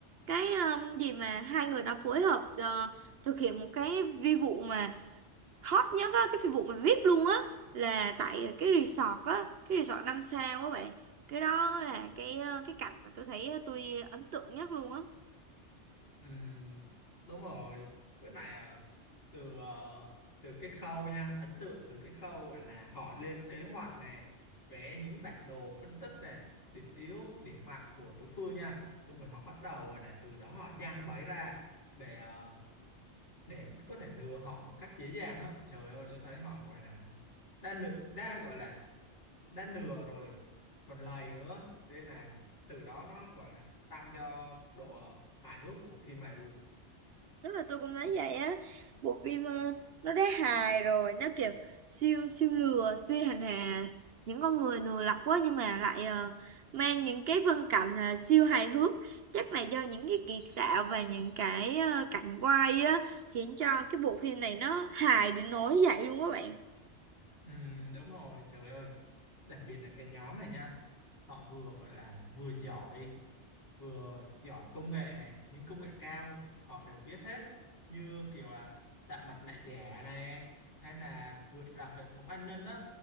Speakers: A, on the right; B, on the left.
A: cái ờ, gì mà hai người đó phối hợp ờ, thực hiện một cái vi vụ mà hot nhất á cái vụ mà VIP luôn á là tại cái resort á cái resort năm sao á bạn cái đó là cái ờ, cái cảnh mà tôi thấy ờ, tôi ấn tượng nhất luôn á
B: Ừm, đúng rồi bữa này ờ, từ ờ, từ cái khâu nha ấn tượng từ cái khâu gọi là họ lên kế hoạch nè vẽ những bản đồ phân tích nè điểm yếu điểm mạnh của đối phương nha xong rồi họ bắt đầu gọi là từ đó họ giăng bẫy ra để ờ, để có thể lừa họ một cách dễ dàng á trời ơi tôi thấy họ gọi là đã nửa, đã gọi là đã nửa rồi còn lầy nữa nên là từ đó nó gọi là tăng cho độ hài hước của phim này luôn
A: rất là tôi cũng thấy vậy á bộ phim ờ, nó đã hài rồi nó kiểu siêu siêu lừa tuy hành hà những con người lừa lọc quá nhưng mà lại ờ, mang những cái phân cảnh ờ, siêu hài hước chắc là do những cái kỹ xảo và những cái ờ, cảnh quay á khiến cho cái bộ phim này nó hài đến nỗi vậy luôn các bạn
B: ừ, đúng rồi trời ơi đặc biệt là cái nhóm này nha họ vừa gọi là vừa giỏi vừa giỏi công nghệ này những công nghệ cao họ đều biết hết như kiểu là tạo mặt nạ giả này hay là vượt rào hệ thống an ninh á